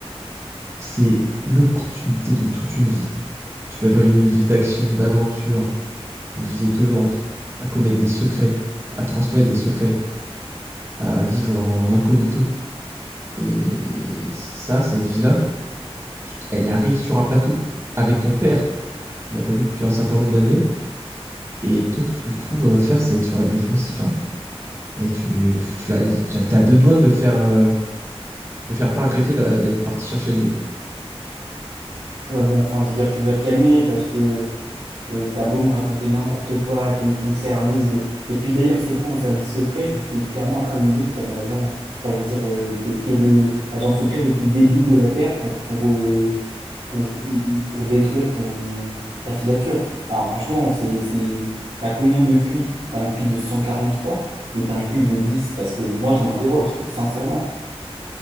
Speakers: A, on the right; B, on the right.
A: c'est l'opportunité de toute une vie. Tu vas avoir une vie d'action, d'aventure, une vie étonnante, à connaître des secrets, à transmettre des secrets, à vivre en incognito. Et ça, cette vie-là, elle arrive sur un plateau avec ton père, que tu n'as pas vu depuis un certain nombre d'années. Et toi, tout ce que tu trouves à faire, c'est être sur la défensive. hein. Et tu, tu as, tu as- t'as deux doigts de me faire, euh, me faire pas regretter d'a- d'être parti chercher de l'école.
B: Ouais, bon, enfin, je veux dire, tu vas te calmer parce que Euh, t'as beau me raconter n'importe quoi, t'es ton service de... Et puis d'ailleurs, c'est quoi un service secret? Vu que T'es clairement en train de me dire que t'es un agent... Enfin, je veux dire, euh, t'es, t'es le, l'agent secret le plus débile de la Terre pour, pour, euh, pour, pour détruire ton, ta filature. Enfin, franchement, c'est, c'est... T'as combien de QI? T'as un QI de 143 ou t'as un QI de 10 Parce que moi, je m'interroge, sincèrement.